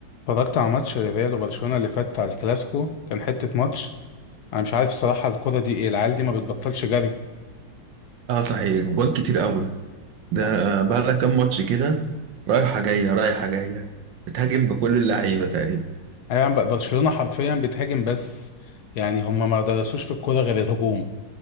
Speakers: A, on the left; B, on the right.
A: اتفرجت على ماتش ريال وبرشلونة اللي فات على الكلاسيكو كان حتة ماتش انا مش عارف الصراحة الكرة دي ايه العيال دي ما بتبطلش جري
B: اه صحيح جوان كتير قوي ده
A: <laughs> يعني
B: آه، بقى لها كام ماتش كده رايحه جايه رايحه جايه بتهاجم بكل اللعيبه تقريبا
A: يعني ب- برشلونة حرفيا بتهاجم بس يعني هم ما درسوش في الكرة غير الهجوم